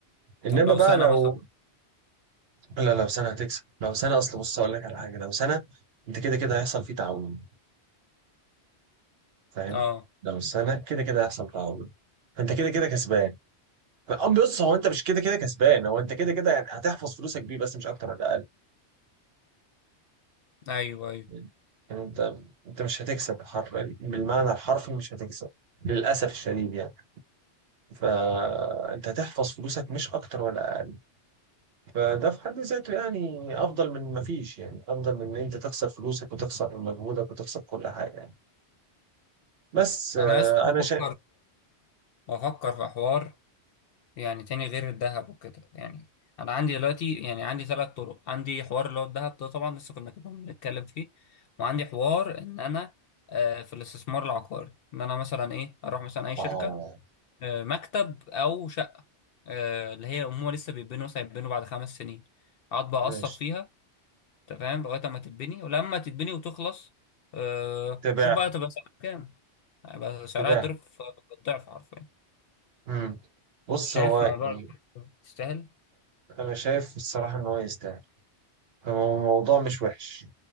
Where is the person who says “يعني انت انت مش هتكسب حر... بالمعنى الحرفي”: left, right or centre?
Right